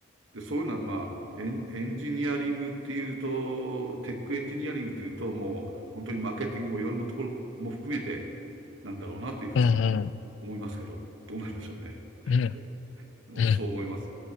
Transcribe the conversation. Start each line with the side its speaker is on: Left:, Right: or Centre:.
Right: で、そういうのは、まあ、エン、エンジニアリングっていうと、テックエンジニアリングっていうと、もう本当にマーケティングもいろんなところも含めてなんだろうなというふうに
Left: うんうん。
Right: 思いますけど、どうなんでしょうね。
Left: うん
Right: <laughs> おそう思います。
Left: うん。